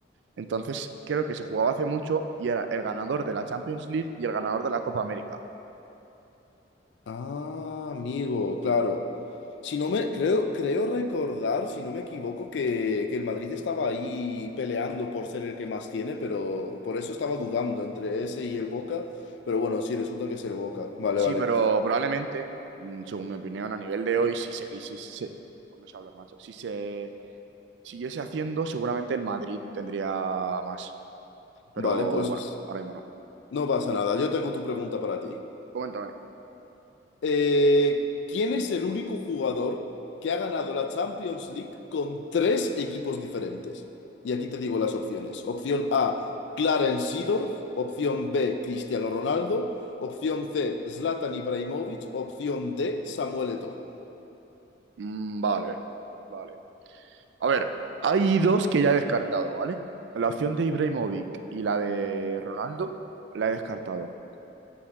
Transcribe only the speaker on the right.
Entonces, creo que se jugaba hace mucho y era el ganador de la Champions League y el ganador de la Copa América.
Sí,
pero probablemente, mm, según mi opinión, a nivel de hoy, si seguís, si se, pues no sé hablar, macho, si se siguiese haciendo, seguramente el Madrid tendría más. Pero
bueno, ahora mismo no.
Coméntame.
Mm, vale, vale. A ver, hay dos que ya he descartado, ¿vale? La opción de Ibrahimovic y la de Ronaldo la he descartado.